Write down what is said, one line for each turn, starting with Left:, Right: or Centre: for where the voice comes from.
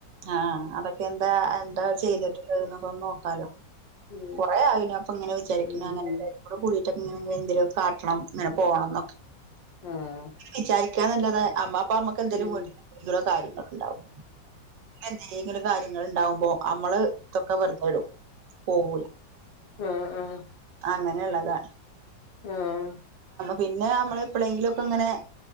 Right: ആഹ് അതക്കെ എന്താ എന്താ ചെയ്ത്ട്ട്ല്ലത്
Left: ഉം
Right: നൊക്കെ നോക്കാലോ
Left: ഉം
Right: കൊറെ ആയി നാപ്പം ഇങ്ങനെ വിചാരിക്ക്ണ്
Left: ഉം
Right: അങ്ങനെല്ലാരു ടെ കൂടിയിട്ടൊക്കെ ഇങ്ങനെെ ന്തെലൊക്കെ കാട്ടണം ങ്ങനെ പോണം ന്നൊക്കെ.
Left: ആഹ്
Right: വിചാരിക്കാന്നല്ലാതെ അമ്മ അപ്പ അമ്മക്ക് ന്തെലും
Left: ഉം
Right: വീട്ടില് കാര്യങ്ങള്ണ്ടാവും. ന്തെങ്കിലും കാര്യങ്ങൾ ണ്ടാവുമ്പോ അമ്മള് തൊക്കെ വെർതെടും പോവൂല
Left: ആഹ് ആഹ്
Right: അങ്ങനെള്ളതാണ്
Left: ആഹ്
Right: പിന്നെ ഞമ്മള് എപ്പളേങ്കിലൊക്കെങ്ങനെ